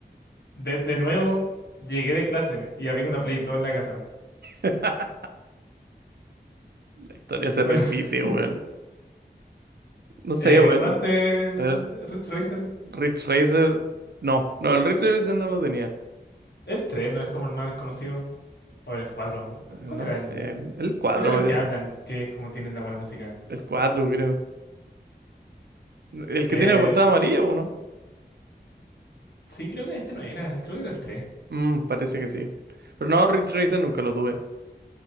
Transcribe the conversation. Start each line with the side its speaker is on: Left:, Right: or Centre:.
Left: De, de nuevo, llegué de clase y había una Play 2 en la casa.
Right: <laughs> La historia se
Left: Bueno,
Right: repite,
Left: <laughs>
Right: weón. No sé,
Left: eh,
Right: weón.
Left: ¿jugaste
Right: A ver,
Left: Ridge Racer?
Right: Ridge Racer. No, no, el Ridge Racer no lo tenía.
Left: El 3 no es como el más conocido. O era el 4.
Right: Eh,
Left: ¿Cuál
Right: No
Left: era
Right: sé,
Left: el?
Right: el 4
Left: ¿Cuál era
Right: parece.
Left: el que hablan? Que es como tienen la buena música.
Right: El cuatro creo. El
Left: Eh,
Right: que tiene la portada amarilla, ¿o no?
Left: sí, creo que este no era. Creo que era el tres
Right: Mm, parece que sí. Pero no, Ridge Racer nunca lo tuve.